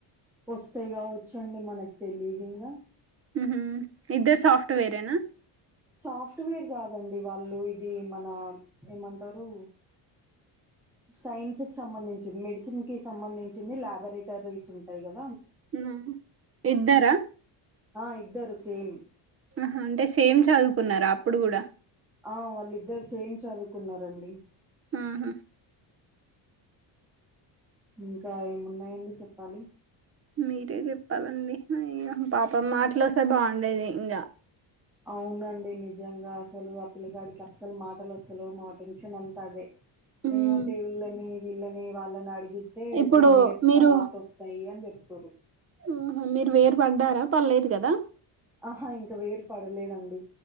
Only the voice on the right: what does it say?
ఉహూ ఇద్దరు సాఫ్ట్వేర్ ఏనా
ఉ ఇద్దరా
ఆహా అంటే సేమ్ చదువుకున్నారా అప్పుడు కూడా
ఉహూ
మీరే చెప్పాలండి హ్మ్మ్ పాప మాటలు వస్తే బాగుండేది ఇంకా
మ్,
ఇప్పుడు
మీరు
ఆహా మీరు వేరు పడ్డారా పర్లేదు కదా